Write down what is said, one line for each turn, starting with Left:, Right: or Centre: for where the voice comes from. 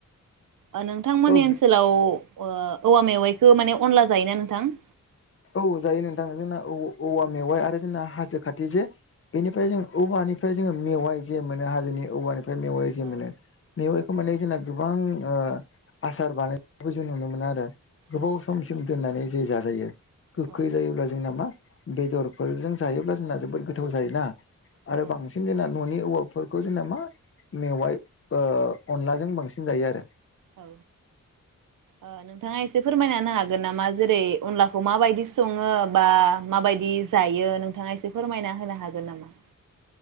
Right: ओ नोंथांमोनानि
Left: औ
Right: ओनसोलाव ओ औवा मेवाइखौ माने अनला जायोना नोंथां?
Left: औ जायो नोंथाङा जोंना औ-औवा मेवाइ आरो जोंना हाजो खाथि जे बेनिफ्राय जों औवानिफ्राय जोङो मेवाइ जे मोनो हाजोनि औवानिफ्राय मेवाइ जे
Right: औ
Left: मोनो मेवाइखौ माने जोंना गोबां ओ आसार बानायनायबो जों नुनो मोनो आरो गोबाव
Right: औ
Left: सम दोननानै जे जाजायो गोखै
Right: औ
Left: जायोब्ला जोंना मा बेदरफोरजों जायोब्ला जोंना जोबोद गोथाव जायोना
Right: औ
Left: आरो बांसिन न'नि औवाफोरखौ जोंना मा दं मा मेवाइ ओ अनलाजों बांसिन जायो आरो।
Right: औ ओ नोंथाङा एसे फोरमायना होनो हागोन नामा जेरै अनलाखौ माबायदि सङो बा माबायदि जायो नोंथां नोंथाङा एसे फोरमायना होनो हागोन नामा?